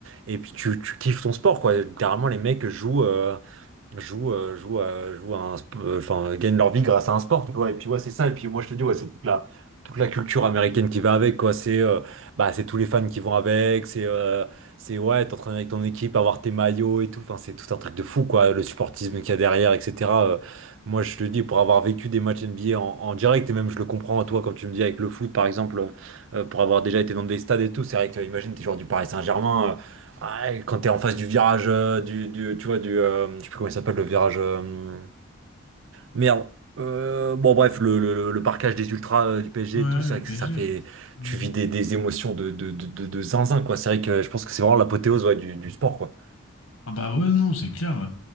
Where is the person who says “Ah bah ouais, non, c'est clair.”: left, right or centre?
Left